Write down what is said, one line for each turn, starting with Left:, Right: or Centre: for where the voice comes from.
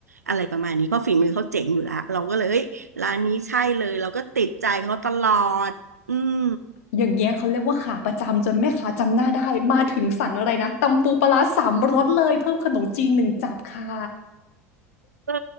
Right: อะไรประมาณนี้เพราะฝีมือเขาเจ๋งอยู่แล้วเราก็เลยเอ้ยร้านนี้ใช่เลยเราก็ติดใจเขาตลอดอืม
Left: อย่างเงี้ยเขาเรียกว่าขาประจำจนแม่ค้าจำหน้าได้มาถึงสั่งอะไรนะตำปูปลาร้าสามรสเลยเพิ่มขนมจีนหนึ่งจับค่ะ
Right: เออ